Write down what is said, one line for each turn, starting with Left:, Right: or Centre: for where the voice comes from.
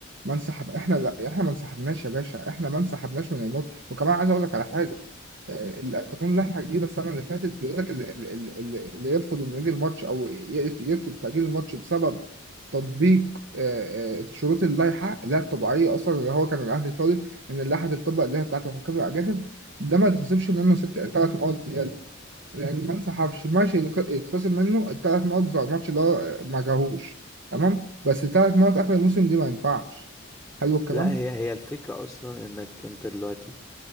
Right: ما انسحب إحنا لا إحنا ما انسحبناش يا باشا إحنا ما انسحبناش من الماتش وكمان عايز أقول لك على حاجة آه، القانون لائحة جديدة السنة اللي فاتت بيقول لك ال- ال- ال- ال- اللي يرفض إنه يجي الماتش أو ي- يطلب تأجيل الماتش بسبب تطبيق آه، آه، شروط اللائحة اللي هي الطبيعية أصلا اللي هو كان الأهلي طالب إن اللائحة تتطبق اللي هي بتاعة الحكام الأجانب ده ما يتخصمش منه ست تلات نقط زيادة لان ما انسحبش ماشي يتخ- يتخصم منه الثلاث نقط بتاع الماتش اللي هو ما جاهوش تمام بس الثلاث نقط اخر الموسم دي ما ينفعش حلو الكلام
Centre: لا هي هي الفكرة اصلا انك انت دلوقتي